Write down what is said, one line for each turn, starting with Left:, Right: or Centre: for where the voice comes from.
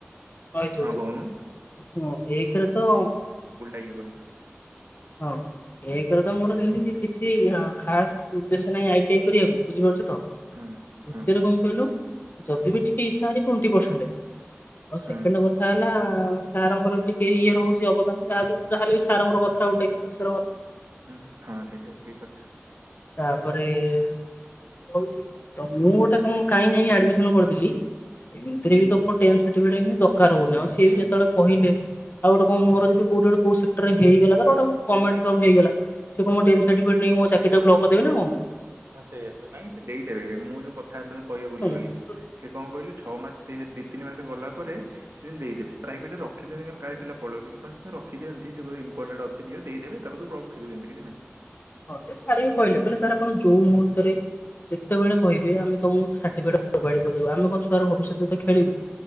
Left: ନଏସ୍
Right: ହଁ
Left: ହୋଉଛି
Right: କହୁନୁ
Left: ଉଅଁ ଏକରେ ତ
Right: ଇଏଗଲି
Left: ହଁ ଏକରେ ତ ମୋର ସେମତି କିଛି ଖାସ ଉଦ୍ଦେଶ୍ୟ ନାହିଁ ଆଇ ଟି ଆଇ କରିବାକୁ ବୁଝିପାରୁଛ ତ ଦ୍ଵିତୀୟରେ
Right: ହଁ। ହଁ
Left: କଣ କହିଲୁ ଯଦି ବି ଟିକେ ଇଛାରେ ଟୋନଟି ପରସେନ୍ଟ ଆଉ
Right: ହଁ
Left: ସେକେଣ୍ଡ କଥା ହେଲା ସାର୍ ଙ୍କର ଟିକେ ଇଏ ହଉଛି ଅବଦାନ ଯାହା ଦୁର ଯାହାହେଲେ ବି ସାର୍ ଙ୍କର କଥା ଗୁଟେ ସର
Right: ହୁଁ ହଁ ସେଇଟା ଠିକ କଥା।
Left: ତାପରେ ଏ କହୁଛି ତ ମୁଁ ଗୋଟେ କଣ କାହିଁ ଯାଇକି ଆଡମିସନ କରିଥିଲି ଏମିତିରେ ବି ତ ତୋ ଟେନ୍ ସାର୍ଟିଫିକେଟ ଏଇନି ଦକାର ହଉନି
Right: ହଁ
Left: ଆଉ ସିଏ
Right: ସେ
Left: ଵି ଯେତେବେଳେ କହିଲେ ଆଉ ଗୋଟେ କଣ୍ ମୋର ଯଦି କୋଉଠି ଗୋଟେ କୋଉଠି ସେକ୍ଟରରେ ହେଇଗଲା ତ ଏଟା କୁ ଗମେନ୍ଟ ଜଵ୍ ହେଇଗଲା ସିଏ କଣ ମୋ ଟେନ୍ ସାଟିର୍ଫିକେଟ ନେଇକି ମୋ ଚାକିରିା ଟା କୁ ଵନ୍ଦ୍ କରିଦେଵେ ନା କଣ।
Right: ହଁ ସେଇଆା ତ ନାଇଁ ସେ ଦେଇଦେବେ ମୁଁ ଯୋଉ କଥା ତତେ କହିବାକୁ ଭୁଲି
Left: କଣ।
Right: ଗଲେ ସେ କଣ କହିଲୁ ଛଅ ମାସ ଦି ତିନି ମାସ ଗଲା ପରେ ସେ ସେମିତି ଦେଇଦେବେ ସେ ପ୍ରାଇଭେଟରେ ରଖିଅନ୍ତି କାଳେ ପିଲ ପଳେଇବେ କି କଣ ସେ ରଖିଅନ୍ତି। ଇମ୍ପଟାଣ୍ଟ ଅଛିି ଦିଅ ଦେଇଦେବେ ତାପରେୁମି କି ନାହିଁ।
Left: ହଁ ସେ ସାର୍ ବି କହିଲେ କହିଲେ ସାର୍ ଆପଣ ଯୋଉ ମୁହୂର୍ତ୍ତରେ ଯେତେବେଳେ କହିବି ଆମ ତମକୁ କରିଦିବ ଆମ ମୋ ଛଆର ଭବିଷ୍ୟତରେ ତ ଖେଳିବୁ।